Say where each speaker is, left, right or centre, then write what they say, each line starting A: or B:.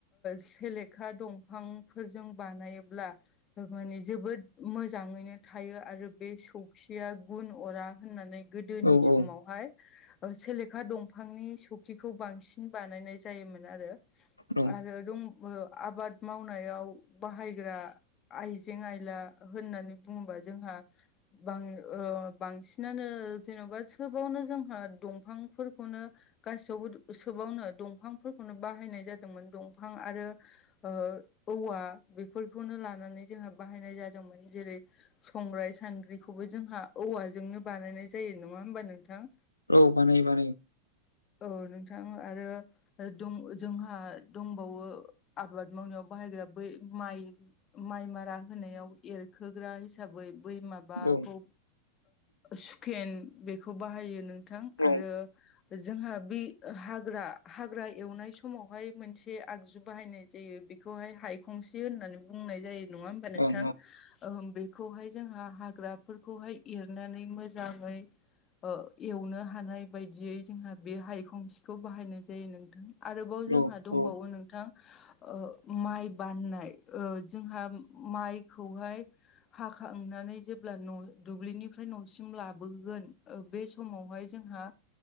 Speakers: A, on the left (about 30°); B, on the left (about 80°).
A: सेलेखा दंफांफोरजों बानायोब्ला माने जोबोद मोजाङैनो थायो आरो बे सौखिया गुन अरा होननानै गोदोनि
B: औ
A: समावहाय
B: औ
A: सेलेखा दंफांनि सौखिखौ बांसिन बानायनाय जायोमोन आरो।
B: औ
A: आरो दं आबाद मावनायाव बाहायग्रा आइजें आइला होननानै बुङोबा जोंहा बां ओ-बांसिनानो जेनबा सोबावनो जोंहा दंफांफोरखौनो गासैयावबो सोबावनो दंफांफोरखौनो बाहायनाय जादोंमोन दंफां आरो ओ औवा बेफोरखौनो लानानै जोंहा बाहायनाय जादोंमोन जेरै संग्राय सानद्रिखौबो जोंहा औवाजोंनो बानायनाय जायो नङा होमबा नोंथां
B: औ बानायो बानायो
A: औ नोंथां आरो दं जोंहा दंबावो आबाद मावनायाव बाहायग्रा बै माइ माइ मारा होनायाव एरखोग्रा हिसाबै बै माबाखौ
B: औ औ
A: सुकेन बेखौ बाहायो नोंथां
B: ओं
A: आरो जोंहा बे हाग्रा हाग्रा एवनाय समावहाय मोनसे बे आगजु बाहायनाय जायो बेखौहाय हायखंसि होननानै बुंनाय जायो। नङा होमबा
B: ओं
A: नोंथां ओम बे खौहाय जोंहा हाग्राफोरखौहाय एरनानै मोजाङै ओ-एवनो हानाय बायदियै जोंहा बे हायखं सिखौ बाहायनाय जायो नोंथां। आरोबाव जोंहा
B: औ
A: दंबावो
B: उम
A: नोंथां ओ-माइ बाननाय ओ-जोंहा माइखौहाय हाखांनानै जेब्ला न दुब्लिनिफ्राय नसिम लाबोगोन ओ-बे समावहाय जोंहा